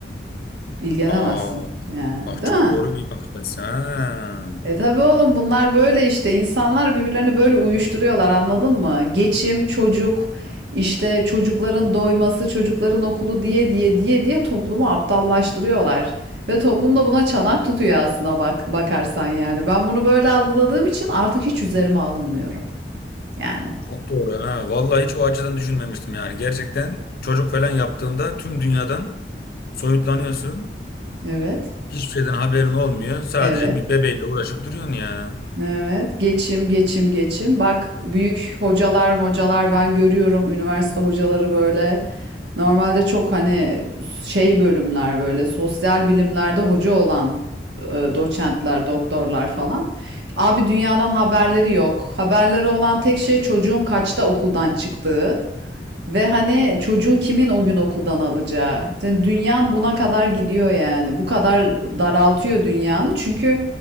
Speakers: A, on the right; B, on the left.
A: İlgilenemezsin
B: Aa,
A: yani
B: bak
A: değil
B: çok
A: mi?
B: doğru bir bakış açısı. Ha.
A: E tabii oğlum bunlar böyle işte insanlar birbirlerini böyle uyuşturuyorlar anladın mı? Geçim, çocuk, işte çocukların doyması, çocukların okulu diye diye diye diye toplumu aptallaştırıyorlar. Ve toplum da buna çanak tutuyor aslına bak bakarsan yani. Ben bunu böyle algıladığım için artık hiç üzerime alınmıyorum. Yani.
B: Çok doğru ha. Vallahi hiç o açıdan düşünmemiştim yani. Gerçekten çocuk falan yaptığında tüm dünyadan soyutlanıyorsun.
A: Evet.
B: Hiçbir şeyden haberin olmuyor. Sadece
A: Evet.
B: bir bebeğle uğraşıp duruyorsun ya.
A: Evet, geçim, geçim, geçim. Bak büyük hocalar, hocalar ben görüyorum üniversite hocaları böyle. Normalde çok hani şey bölümler böyle sosyal bilimlerde hoca olan e, doçentler, doktorlar falan. Abi dünyadan haberleri yok. Haberleri olan tek şey çocuğun kaçta okuldan çıktığı. Ve hani çocuğu kimin o gün okuldan alacağı? Yani dünyan buna kadar gidiyor yani. Bu kadar daraltıyor dünyanı. Çünkü